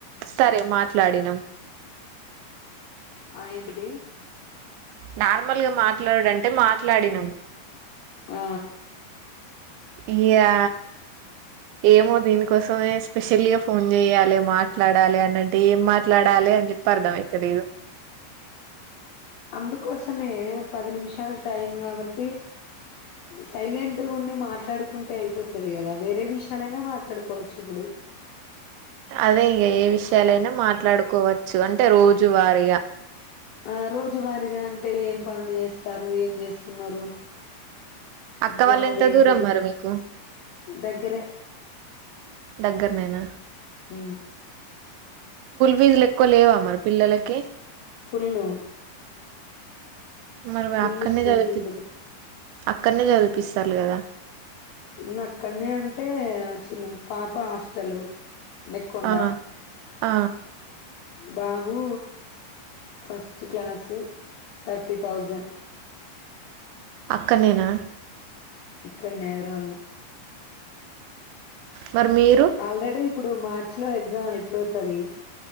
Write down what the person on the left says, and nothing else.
ఆ ఏంటిది
ఆ
అందుకోసమే పది నిమిషాల టైం కాబట్టి సైలెంట్గా ఉండి మాట్లాడుకుంటే అయిపోతుది కదా వేరే విషయాలైనా మాట్లాడుకోవచ్చు ఇప్పుడు
ఆ రోజువారగా అంట అంటే ఏం పనులు చేస్తారు ఏం చేస్తున్నారు
జాబ్
ఏంటి
దగ్గరే
అ
ఫుల్లు
చుల్లు
స్కూల్
ఫీజులు
ఇ అక్కడనే అంటే చిన్న పాప హాస్టల్ నెక్కొండ
బాబు ఫస్ట్ క్లాసు థర్టీ థౌజండ్
ఇక్కడ నదురు వాల్ళ
ఆల్రెడీ ఇప్పుడు మార్చి లో ఎగ్జామ్ అయిపోతుది